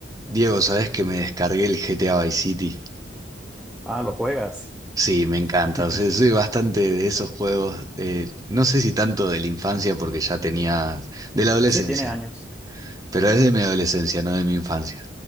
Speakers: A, on the right; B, in the centre.
A: Diego, ¿sabes que me descargué el GTA Vice City?
B: Ah, lo juegas.
A: Sí, me encanta.
B: <laughs>
A: O sea, soy bastante de esos juegos. eh, no sé si tanto de la infancia, porque ya tenía. de la adolescencia.
B: Sí, tiene años.
A: Pero es de mi adolescencia, no de mi infancia.